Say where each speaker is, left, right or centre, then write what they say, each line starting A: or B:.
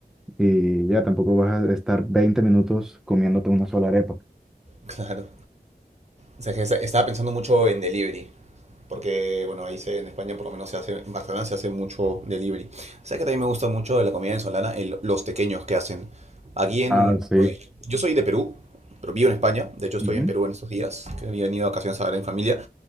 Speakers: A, in the centre; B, on the right.
A: y ya tampoco vas a estar 20 minutos comiéndote una sola arepa.
B: <laughs> Claro. O sea, que estaba pensando mucho en delivery. Porque, bueno, ahí se, en España por lo menos se hace, en Barcelona se hace mucho delivery. O sea que también me gusta mucho de la comida venezolana, el- los tequeños que hacen. Aquí en...
A: Ah, sí.
B: bueno, yo soy de Perú, pero vivo en España. De hecho, estoy
A: Ujú.
B: en Perú en estos días, que había venido a vacaciones a ver en familia.